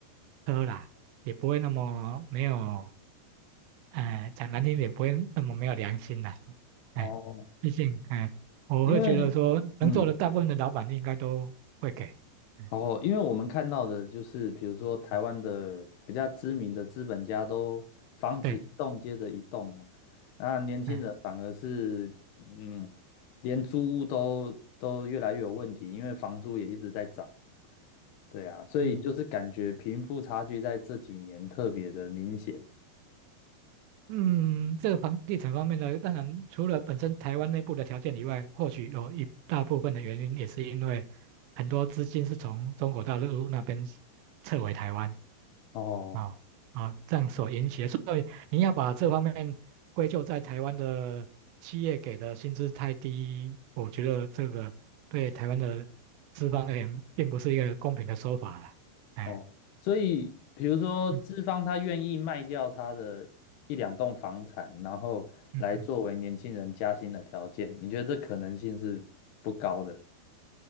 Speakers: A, on the right (about 85°); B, on the left (about 75°).
A: 苛啦。也不会那么没有，哎、讲难听点，不会那么没有良心的、哎，
B: 哦
A: 毕竟，哎，我会觉得说，
B: 因为
A: 能做的大部分的老板应该都会给，
B: 嗯，
A: 嗯
B: 哦，因为我们看到的就是，比如说台湾的比较知名的资本家都房子一栋接着一栋啊，
A: 嗯，对，
B: 那年轻人反而是，
A: 嗯
B: 嗯，连租屋都都越来越有问题，因为房租也一直在涨，对啊，所以就是感觉贫富差距在这几年特别的明显
A: 嗯嗯，这个房地产方面呢，当然除了本身台湾内部的条件以外，或许有一大部分的原因也是因为很多资金是从中国大陆那边撤回台湾，
B: 哦。
A: 啊啊，这样所引起的，所以你要把这方面归咎在台湾的企业给的薪资太低，我觉得这个对台湾的资方而言，并不是一个公平的说法了。哎，
B: 哦，所以比如说资方他愿意卖掉他的一两栋房产，
A: 嗯
B: 然后来作为年轻人加薪的条件，
A: 嗯嗯，
B: 你觉得这可能性是不高的？